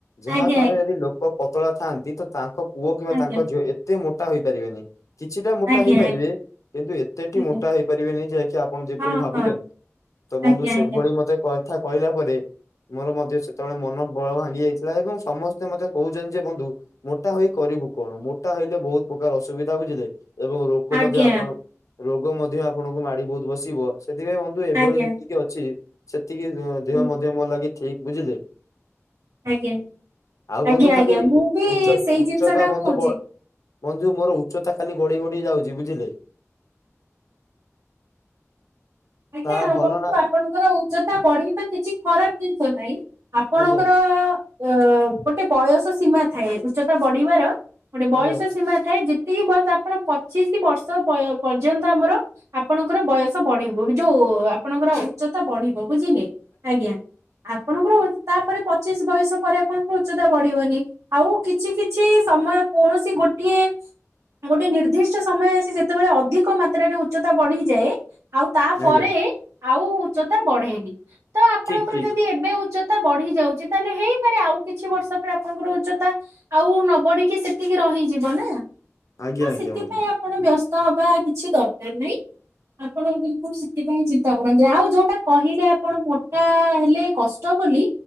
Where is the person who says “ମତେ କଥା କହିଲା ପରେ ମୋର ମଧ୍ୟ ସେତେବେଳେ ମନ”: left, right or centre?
Left